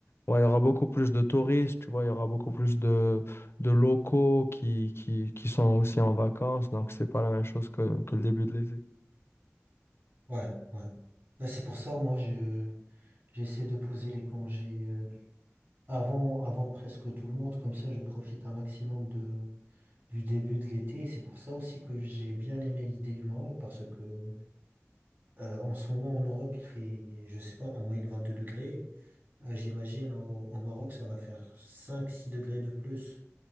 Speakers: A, on the left; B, on the right.
A: il y aura beaucoup plus de touristes, tu vois, il y aura beaucoup plus de, de locaux qui, qui, qui sont aussi en vacances, donc c'est pas la même chose que, que le début de l'été.
B: Ouais, ouais. Ouais, c'est pour ça, moi, je J'essaie de poser les congés euh, avant, avant presque tout le monde, comme ça je profite un maximum de, du début de l'été. Et c'est pour ça aussi que j'ai bien aimé l'idée du Maroc, parce que euh, en ce moment en Europe, il fait, je sais pas, en moyenne vingt deux degrés. Ah, j'imagine au, au Maroc, ça va faire cinq six degrés de plus.